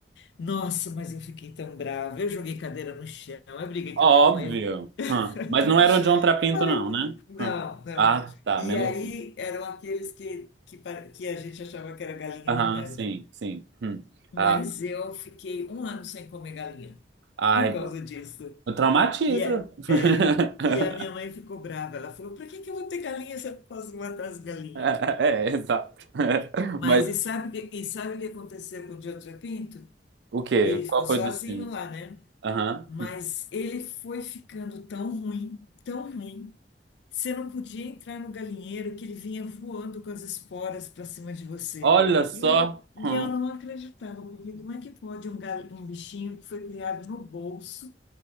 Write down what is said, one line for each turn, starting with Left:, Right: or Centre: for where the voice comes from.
Left: Nossa, mas eu fiquei tão brava. Eu joguei cadeira no chão, eu briguei com
Right: óbvio.
Left: a minha mãe.
Right: Hum. Mas
Left: <laughs>
Right: não era o John Trapinto,
Left: Falei,
Right: não, né?
Left: não,
Right: Hum.
Left: não.
Right: Ah, tá,
Left: E
Right: menos.
Left: aí eram aqueles que, que, pare- que a gente achava que era galinha,
Right: Aham,
Left: mas não era.
Right: sim, sim. Hum.
Left: Mas
Right: Ah,
Left: eu fiquei um ano sem comer galinha
Right: ai,
Left: por causa disso.
Right: traumatiza.
Left: E, é,
Right: <laughs>
Left: é, e a minha mãe ficou brava. Ela falou: Pra que que eu vou ter galinha se eu posso matar as galinhas?
Right: É, exato. <laughs>
Left: Mas
Right: Mas
Left: e sabe, o que- e sabe o que aconteceu com o Diogo Pinto?
Right: O quê?
Left: Ele
Right: Qual
Left: ficou sozinho
Right: foi o destino?
Left: lá, né?
Right: Aham.
Left: Mas ele foi ficando tão ruim, tão ruim. Você não podia entrar no galinheiro que ele vinha voando com as esporas para cima de você.
Right: Olha só.
Left: E eu, e
Right: Hum.
Left: eu não acreditava, porque como é que pode um, gal, um bichinho que foi criado no bolso